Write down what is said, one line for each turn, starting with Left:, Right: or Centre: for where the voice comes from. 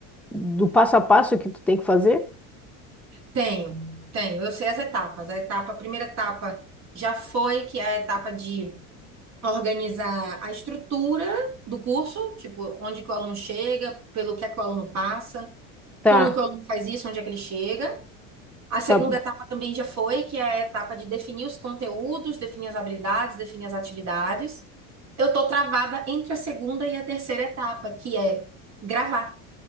Centre: do passo a passo que tu tem que fazer?
Right: Tenho, tenho. Eu sei as etapas. A etapa, a primeira etapa já foi, que é a etapa de organizar a estrutura do curso, tipo, onde que o aluno chega, pelo que é que o aluno passa,
Centre: Tá,
Right: como que o aluno faz isso, onde é que ele chega. A segunda
Centre: tá,
Right: etapa também já foi, que é a etapa de definir os conteúdos, definir as habilidades, definir as atividades. Eu tô travada entre a segunda e a terceira etapa, que é gravar.